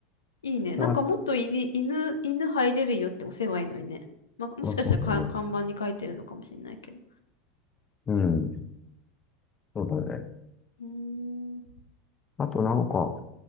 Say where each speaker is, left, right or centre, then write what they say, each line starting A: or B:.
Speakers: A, on the left; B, on the left.
A: いいね。なんかもっとい犬、
B: な。あ、
A: 犬入れるよって押せばいいのにね。まあ、もしかしたらか看板に書いてるのかもしれないけど。
B: まあ、そうだね。うん、そうだね。
A: うーん。
B: あとなんか、